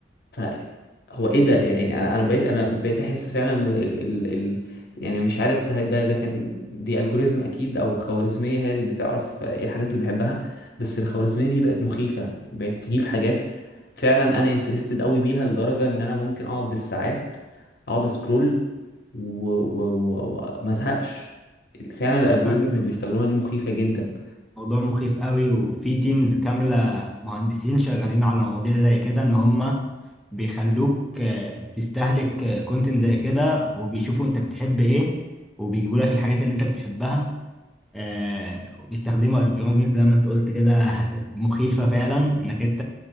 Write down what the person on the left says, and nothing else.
فهو ايه ده يعني انا انا بقيت انا بقيت احس فعلا ان ال ال ال يعني مش عارف ده ده ده كان دي الجوريزم اكيد او خوارزميه هي اللي بتعرف ايه الحاجات اللي بحبها بس الخوارزميه دي بقت مخيفه بقت تجيب حاجات فعلا انا انترستد قوي بيها لدرجه ان انا ممكن اقعد بالساعات اقعد اسكرول وما ازهقش فعلا الالجوريزم
اللي بيستخدموها دي مخيفه جدا